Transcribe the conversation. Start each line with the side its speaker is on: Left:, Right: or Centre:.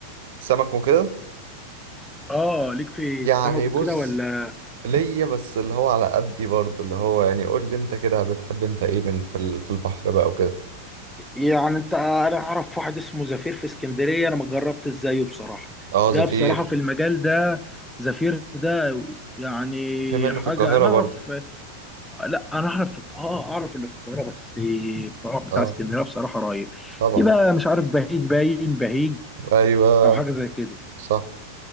Right: سمك وكده
Centre: اه ليك في
Right: يعني
Centre: السمك وكده
Right: بص
Centre: ولا
Right: ليا بس اللي هو على قدي برضه اللي هو يعني قول لي انت كده بتحب انت ايه من في ال- في البحر بقى وكده
Centre: يعني انت انا اعرف واحد اسمه زفير في اسكندريه انا ما جربت ازايه بصراحه
Right: اه
Centre: ده
Right: زفير
Centre: بصراحه في المجال ده زفير ده يعني
Right: في منه
Centre: حاجه
Right: في القاهرة
Centre: انا
Right: برضه
Centre: اعرف لا انا اعرف اه اعرف اللي في القاهره بس بتاع بتاع
Right: اه
Centre: اسكندريه بصراحه رهيب
Right: طبعا
Centre: في بقى مش عارف بهيج باين بهيج
Right: ايوه
Centre: او حاجه زي كده
Right: صح